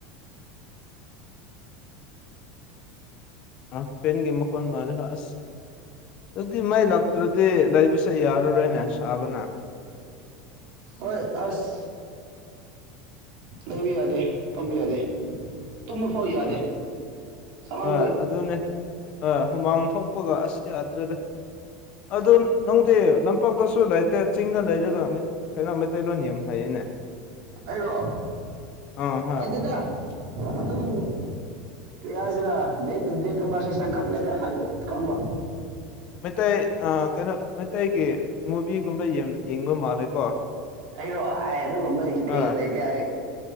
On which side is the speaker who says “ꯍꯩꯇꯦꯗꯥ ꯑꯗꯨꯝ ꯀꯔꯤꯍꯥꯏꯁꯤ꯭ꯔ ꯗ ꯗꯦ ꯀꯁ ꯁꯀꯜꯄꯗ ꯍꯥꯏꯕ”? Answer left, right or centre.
Right